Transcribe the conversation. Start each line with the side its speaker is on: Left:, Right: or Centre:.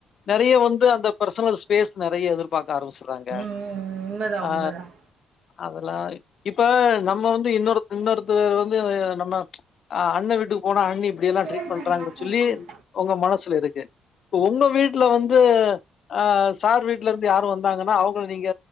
Left: நறைய வந்து அந்த ஃபர்சனல ஸ்பேஸ் நறைய எதிர்பாக்க ஆரம்பிச்சிர்றாங்க
Right: ம் ம், ம், உண்மைதான்
Left: ஆ
Right: உண்மைதான்
Left: அதெல்லா இப்ப நம்ம வந்து இன்னொரு இன்னொருத்த வந்து நம்ம ஆ அண்ண வீட்டுக்கு போனா அண்ணி இப்டி எல்லா
Right: தோழி
Left: ட்ரீட் பண்றாங்கன்னு
Right: தானே பார்த்தாலும்
Left: சொல்லி உங்க மனசுல இருக்கு இப்ப உங்க வீட்ல வந்து ஆ சார் வீடல இருந்து யாரு வந்தாங்கன்னா அவங்களு நீங்க